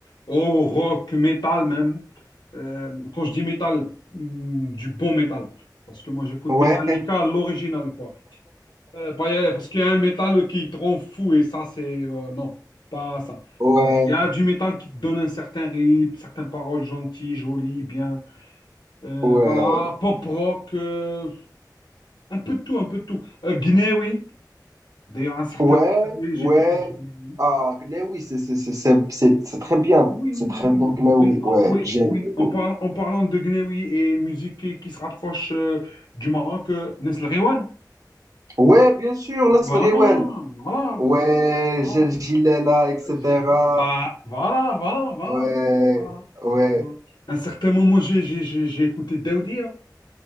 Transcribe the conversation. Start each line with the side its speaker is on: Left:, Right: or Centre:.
Left: au rock, métal même. Euh, quand je dis métal, hmm, du bon métal. Parce que moi, j'écoute
Right: Ouais,
Left: Metallica, l'original, quoi. Euh, pas- euh, parce qu'il y a un métal qui te rend fou et ça, c'est... euh, non, pas ça.
Right: ouais,
Left: Il y a du métal qui te donne un certain rythme, certaines paroles gentilles, jolies, bien. Euh,
Right: ouais,
Left: voilà, pop rock, euh, un peu de tout, un peu de tout. Euh, Gnewi, d'ailleurs, un certain...
Right: ouais,
Left: J'écoute
Right: ouais.
Left: du Gnewi.
Right: Ah, Gnawi, c'est c'est- c'est- c'est- c'est- c'est très bien.
Left: Oui,
Right: C'est
Left: oui,
Right: très
Left: oui, oui,
Right: bien,
Left: oui,
Right: Gnawi.
Left: oui,
Right: Ouais,
Left: en, oui,
Right: j'aime
Left: oui.
Right: beaucoup.
Left: En, parlant- en parlant de Gnewi et musique qui, qui se rapproche euh, du Maroc, euh, Nesl Rewan.
Right: Ouais, bien sûr, Nasl
Left: Voilà,
Right: Rewen.
Left: voilà,
Right: Ouais,
Left: voilà.
Right: Gel Gilela, etc.
Left: J'ai- bah, voilà, voilà, voilà,
Right: Ouais,
Left: voilà.
Right: ouais,
Left: voilà. À un certain moment, j'ai j'ai- j'ai- j'ai écouté Daoudia.